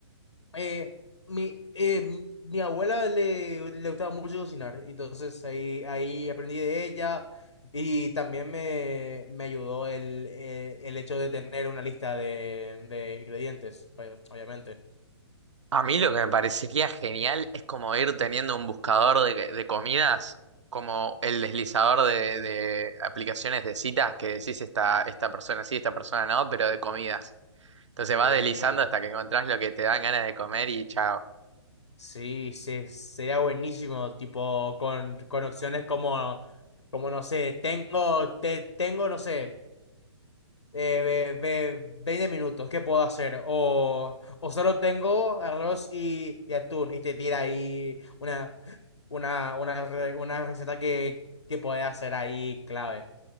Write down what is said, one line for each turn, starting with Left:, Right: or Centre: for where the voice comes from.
Left: eh, mi, eh, mi mi abuela le, le gustaba mucho cocinar, entonces ahí, ahí aprendí de ella y también me, me ayudó el, eh, el hecho de tener una lista de, de ingredientes, obvia- obviamente.
Right: A mí lo que me parecería genial es como ir teniendo un buscador de, de comidas, como el deslizador de, de aplicaciones de citas que decís esta, esta persona sí, esta persona no, pero de comidas. Entonces
Left: Sí,
Right: vas deslizando hasta que encontrás lo que te dan ganas de comer y chao.
Left: sí, sí, sería buenísimo, tipo con, con opciones como, como no sé, tengo, te, tengo, no sé. eh, ve- ve- veinte minutos, ¿qué puedo hacer? O, o solo tengo arroz y, y atún y te tira ahí una, una, una, re- una receta que, que puedes hacer ahí clave.